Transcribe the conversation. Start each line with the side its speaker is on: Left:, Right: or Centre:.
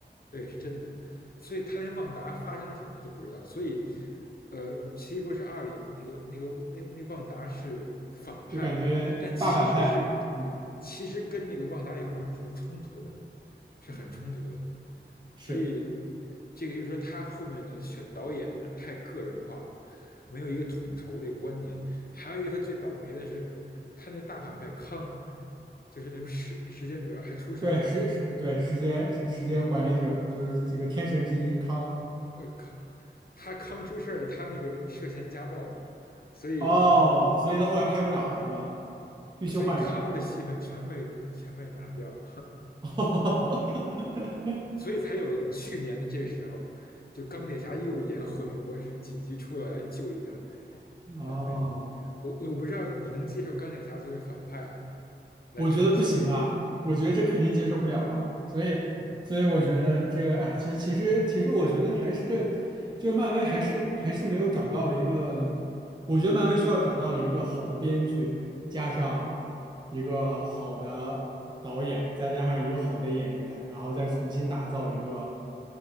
Left: 对，是真的，所以他连旺达发生了什么他都不知道，所以呃，《奇异博士二》里那个那个那那旺达是反派嘛，
Right: <laughs> 就感觉大反派，
Left: 但其实是
Right: 嗯
Left: 其实跟那个旺达里幻视是冲突的，是很冲突的。
Right: 嗯，是，
Left: 所以这个就是说，他后面的选导演啊，太个人化了，没有一个统筹的观念。还有一个，他最倒霉的是，他那大反派康，就是那什么时时间者还出事儿了。
Right: 对，是时对时间时间管理者就是几个天神之一康
Left: 呃，康他康出事儿，他那个涉嫌家暴嘛，所以
Right: 哦，所以他后来拍不了了是吧？必须换人了。
Left: 所以康的戏份全被全被拿掉了
Right: <laughs>
Left: <laughs>，所以才有去年的这个时候，就钢铁侠又演毁灭博士，紧急出来救一下
Right: 哦。
Left: 漫威。我我不知道你能接受钢铁侠作为反派来撑起
Right: 我觉得不行啊，我觉得这肯定接受不了啊，所以，所以我觉得这个，哎，其实其实其实，我觉得还是，就是漫威还是还是没有找到一个，我觉得漫威需要找到一个好的编剧，加上一个好的导演，再加上一个好的演员，然后再重新打造一个，